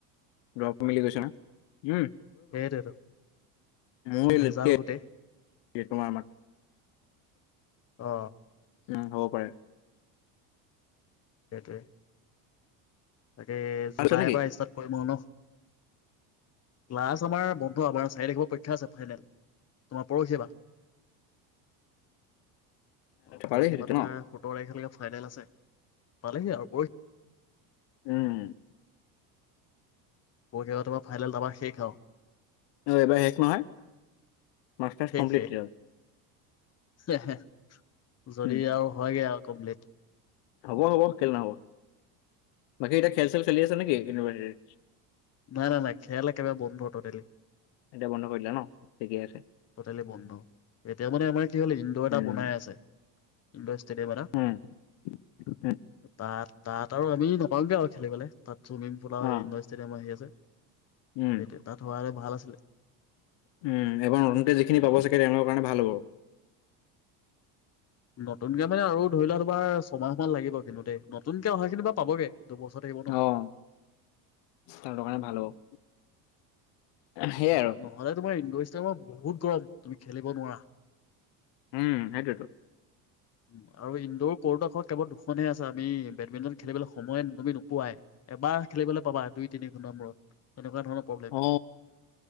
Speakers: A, on the left (about 65°); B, on the left (about 35°).
A: <unintelligible> মিলি গৈছে ন? উম,
B: সেইটোৱেতো
A: <unintelligible>
B: ভেজাল গোটেই অ
A: উম, হ'ব পাৰে।
B: সেইটোৱে। তাকে
A: পাইছা
B: জুলাইৰ
A: নেকি
B: পৰা ষ্টাৰ্ট কৰিম আৰু ন'। লাষ্ট আমাৰ বন্ধু আমাৰ চাৰি লখিব পৰীক্ষা আছে ফাইনেল তোমাৰ পৰহি বা অ',
A: পালিহি
B: পৰহি
A: তেতিয়া
B: বা তোমাৰ
A: ন
B: সোতৰ তাৰিখলৈকে ফাইনেল আছে পালেহি আৰু পৰি
A: উম।
B: পক্ষা তোমাৰ ফাইনেল ত আমাৰ শেষ আওঁ।
A: অ', এবাৰ শেষ নহয় মাষ্টাৰ্চ
B: শেষ
A: কমপ্লিট।
B: শেষ যদি
A: উম
B: আৰু হয়গে আৰু কম্পলিট।
A: হ'ব হ'ব কেলে নহ'ব। বাকী এতিয়া খেল চেল চলি আছে নেকি ইউনিভাৰ্চিটিৰ?
B: নাই, নাই, নাই, খেল একেবাৰে বন্ধু হ'ত দেলি
A: এতিয়া বন্ধ কৰিলা ন' ঠিকে আছে।
B: টোটেলি বন্ধ, এতিয়া মানে আমাৰ তেতি হ'লে ইনডৰ এটা
A: উম
B: বনাই আছে ইনডৰ ষ্টেডিয়াম এটা
A: উম উম
B: তাত তাত আৰু আমি নাপাওঁগে আৰু খেলিবলৈ তাত চুমিং পুল আৰু
A: অ
B: ইণ্ডৰ ষ্টেডিয়াম আহি আছে।
A: উম
B: সেইটোৱে তাত হোৱা হ'লে ভাল আছিলে
A: উম, <unintelligible> যিখিনি পাব চাগে তেওঁলোকৰ কাৰণে ভাল হ'ব।
B: নতুনকে মানে আৰু ধৰি লোৱা তোমাৰ ছমাহ মান লাগিব কিন্তু দেই নতুনকে অহাখিনি বাৰু পাবগে দুবছৰ থাকিব ন।
A: অহ, তাহঁতৰ কাৰণে
B: উম,
A: ভাল হ'ব।
B: সেইটোৱে
A: সেইয়াই আৰু
B: নহ'লে তোমাৰ <unintelligible> বহুত গৰম। তুমি খেলিব নোৱাৰা।
A: উম হেইটোতো
B: উ আৰু ইনডোৰ ক'ৰ্ডোখ কেৱল দুখনহে আছে আমি বেডমিন্টন খেলিবলৈ সময় ন নুমি নোপোৱাই এবাৰ খেলিবলৈ পাবা দুই তিনি ঘণ্টাাৰ মূৰত তেনেকুৱা ধৰণৰ প্ৰব্লেম
A: অ